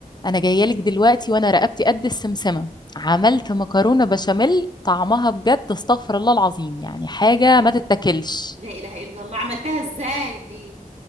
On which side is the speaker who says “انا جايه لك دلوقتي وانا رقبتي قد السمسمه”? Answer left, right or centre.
Left